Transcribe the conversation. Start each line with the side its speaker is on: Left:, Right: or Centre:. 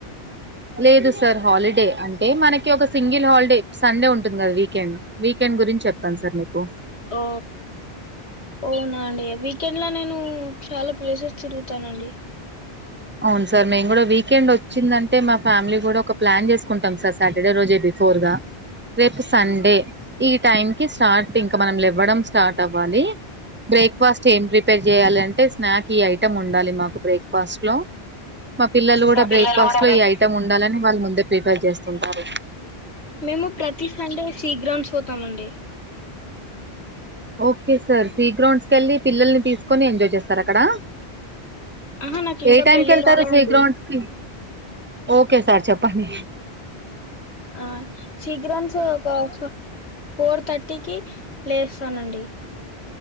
Right: లేదు సార్ హాలిడే అంటే మనకి ఒక సింగిల్ హాల్డే సండే ఉంటుంది గా వీకెండ్ వీకెండ్ గురించి చెప్తాను సార్ మీకు
Left: ఓ ఒవునా అండి వీకెండ్ల నేనూ చాలా ప్లేసెస్ తిరుగుతానండి.
Right: ఔన్ సార్ మేం గూడా వీకెండ్ ఒచ్చిందంటే మా ఫ్యామిలీ గూడా ఒక ప్లాన్ జేస్కుంటం సార్ సాటర్డే రోజే బిఫోర్ గా రేపు సండే ఈ టైం కి స్టార్ట్ ఇంకా మనం లేవ్వడం స్టార్ట్ అవ్వాలి బ్రేక్ఫాస్ట్ ఏం ప్రిపే ప్రిపేర్ జెయాలి అంటే స్నాక్ ఈ ఐటమ్ ఉండాలి మాకు బ్రేక్ఫాస్ట్లో మా పిల్లలు గుడా
Left: మా పిల్లలు
Right: బ్రేక్ఫాస్ట్లో
Left: కూడా రండి
Right: ఈ ఐటమ్ ఉండాలని వాళ్ళు ముందే ప్రిఫర్ చేస్తుంటారు.
Left: మేము ప్రతి సండే సీగ్రమ్స్ వోతామండి.
Right: ఓకే సార్ సి గ్రౌండ్స్ కెళ్ళి పిల్లల్ని తీస్కొని ఎంజాయ్ చేస్తారు అక్కడా
Left: ఆహా నాకు ఇంకా
Right: ఏ టైంకేళ్తారు
Left: పెళ్లి కాలేదండి
Right: సి గ్రౌండ్స్ కి ఓకే సార్ చెప్పండి.
Left: ఆ శీఘ్రంసు ఒక ఫోర్ తర్టీకి లేస్సానండి.